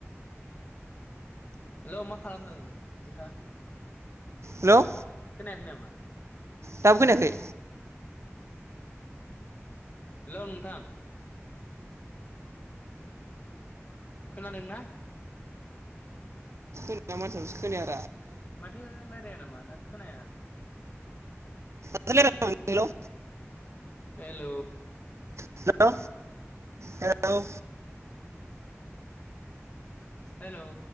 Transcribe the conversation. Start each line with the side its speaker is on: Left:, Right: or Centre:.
Left: हेल' मा खालामदों नोंथां?
Right: हेल'
Left: खोनायाखै नामा?
Right: दाबो खोनायाखै
Left: हेल' नोंथां खोनादों ना
Right: नोंथांनि माथोखौसो खोनाया
Left: माथो रायज्लाया नामा ना खोनाया
Right: खोनायाखै हेलौ
Left: हेल'
Right: हेलौ हेल'
Left: हेल'